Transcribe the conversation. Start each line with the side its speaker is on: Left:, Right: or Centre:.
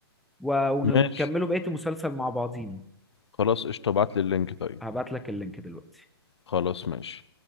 Centre: و- ون-
Left: ماشي
Centre: ونكملوا بقيه المسلسل مع بعضينا
Left: خلاص قشطه ابعت لي اللينك طيب
Centre: هبعت لك اللينك دلوقتي
Left: خلاص ماشي